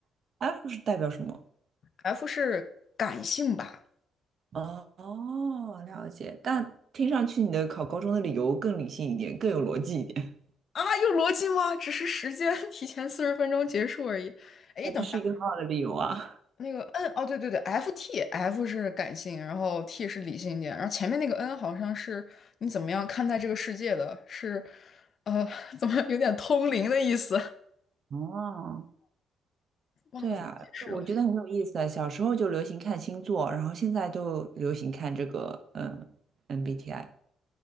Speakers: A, on the right (about 55°); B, on the left (about 55°).
A: F 是代表什么？
B: F 是感性吧？
A: 哦哦，了解。但听上去你的考高中的理由更理性一点，更有逻辑一点。
B: 啊，有逻辑吗？只是时间 <laughs> 提前四十分钟结束而已。哎，
A: 啊，
B: 等。
A: 这是一个很好的理由啊。
B: 下。那个 N 哦，对对对，F T F 是感性，然后 T 是理性一点，然后前面那个 N 好像是你怎么样看待这个世界的，是呃，<laughs> 怎么有点通灵的意思，
A: 哦，
B: 忘了怎么解释了。
A: 对啊，我觉得很有意思啊。小时候就流行看星座，然后现在就流行看这个嗯 MBTI。